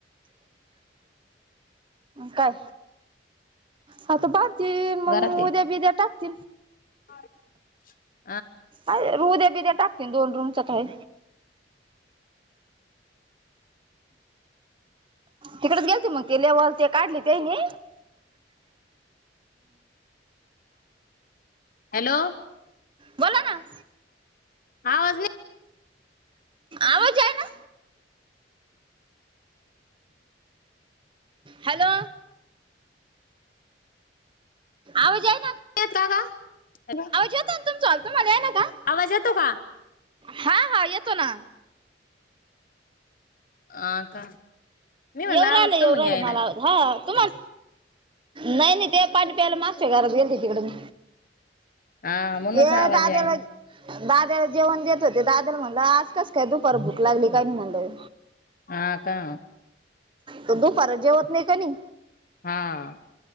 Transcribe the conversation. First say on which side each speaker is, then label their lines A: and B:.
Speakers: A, on the right; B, on the left.
A: काय हा त बांध ती मंग
B: घरात ये
A: उद्या बिद्या टाक <inaudible>
B: <inaudible>
A: आय उद्या दया टाकतीन दोन रूमच काय तिकडच गेलती मंग ते लेवल ते काढली त्यांनी
B: हॅलो
A: बोला ना
B: आवाज नई
A: आवज येयना हॅलो आवज याय
B: येतो का हॅलो
A: येतो ना तुमचा तुम्हाला आहे ना का
B: आवाज येतो का?
A: हा हा येतो ना
B: आ का? मी म्हणला
A: येऊ राह्यल
B: आवाज
A: येऊ
B: का म्हणे
A: राह्यल
B: यायलाय
A: मला आवाज हा तुम्हाल नाय नाय ते पाणी प्यायला मागच्या घरात गेलते तिकड मी
B: हा म्हणूनच
A: ए
B: आवाज
A: दाद्याला
B: याय ना
A: दाद्याला जेवण देत होते दाद्याला म्हणलं आज कस काय दुपार भूक लागली कायनु म्हणल
B: आ का
A: तो दुपार जेवत नाय कनी
B: हा